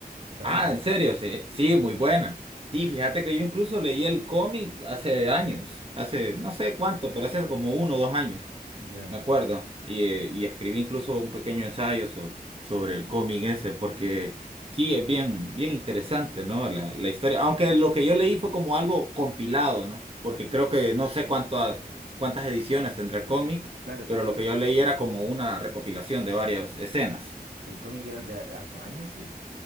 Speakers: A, on the right; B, on the right.
A: Está
B: Ah,
A: buena,
B: en
A: ¿eh?
B: serio, sí,
A: Sí,
B: sí,
A: sí.
B: muy buena. Sí, fíjate que yo incluso leí el cómic hace años, hace no sé cuánto, pero hace como uno o dos años,
A: Ya.
B: me acuerdo. Y, eh, y escribí incluso un pequeño ensayo so- sobre el cómic ese, porque sí, es bien, bien interesante, ¿no? La, la historia. Aunque lo que yo leí fue como algo compilado, ¿no? Porque creo que no sé cuántas, cuántas ediciones tendrá el cómic,
A: Claro,
B: pero
A: e-
B: lo
A: e-
B: que yo leí era como una recopilación de varias escenas.
A: el cómic es de hartos años, sí.